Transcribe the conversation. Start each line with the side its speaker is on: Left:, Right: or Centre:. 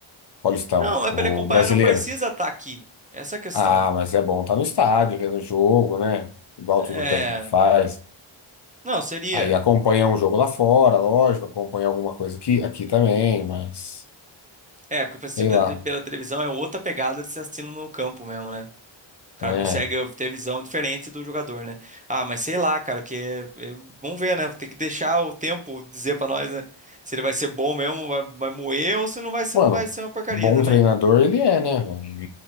Left: Paulistão,
Right: Não, mas
Left: o
Right: para ele acompanhar,
Left: brasileiro.
Right: ele não precisa estar aqui. Essa é a questão.
Left: Ah, mas é bom estar no estádio, vendo o jogo, né? Igual
Right: É.
Left: tudo o técnico faz.
Right: Não, seria.
Left: Aí acompanha um jogo lá fora, lógico, acompanha alguma coisa aqui, aqui também, mas
Right: É, porque pra assistir
Left: sei
Right: pela
Left: lá.
Right: pela televisão é outra pegada de se assistindo no campo mesmo, né? O cara
Left: É.
Right: consegue ter visão diferente do jogador, né? Ah, mas sei lá, cara, que é- é- vamos ver, né? Tem que deixar o tempo dizer pra nós, né? Se ele vai ser bom mesmo, vai, vai moer, ou se não vai ser,
Left: Mano,
Right: não vai ser uma porcaria
Left: bom
Right: também,
Left: treinador
Right: né?
Left: ele é, né, velho?